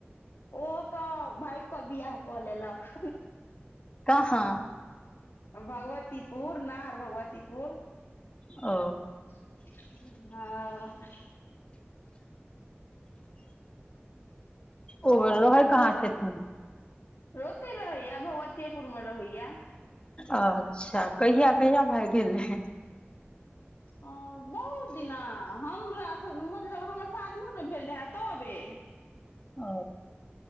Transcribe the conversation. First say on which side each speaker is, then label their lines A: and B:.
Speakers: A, on the left; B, on the left.
A: ओ तऽ भाइग क बियाह कऽ लेलक।
B: कहाँ?
A: भगवतीपुर नहार भगवतीपुर।
B: ओ
A: हँ हँ
B: ओ रहै
A: ओतै
B: कहाँ
A: रहैये,
B: छथिन
A: ओतै रहैये भगवतीेयेपुर मे रहैये।
B: अच्छा कहिया- कहिया भाइग गेलै?
A: ओ बहुत दिना हमरा सब मतलब हमर शादियो नै भेएल रहे तबे।
B: ओ